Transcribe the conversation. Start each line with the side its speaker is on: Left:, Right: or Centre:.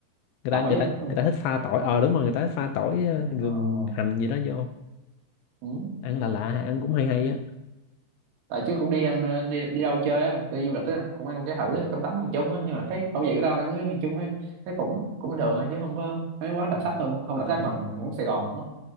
Left: người
Right: tỏi
Left: ta người ta người
Right: không
Left: ta thích
Right: Ừ.
Left: pha tỏi ờ đúng rồi người ta thích pha tỏi ờ,
Right: Ờ,
Left: gừng hành gì đó vô
Right: ừ.
Left: ăn là lạ lạ, ăn cũng hay hay á
Right: tại trước cũng đi ăn ờ, đi đi đâu chơi á đi du lịch á cũng ăn cái thử cơm tấm miền Trung á nhưng mà thấy khẩu vị của tao ăn với miền Trung ấy nó cũng cũng được thôi, chứ không có thấy quá đặc sắc hơn không đặc
Left: À.
Right: sắc bằng của Sài Gòn đúng không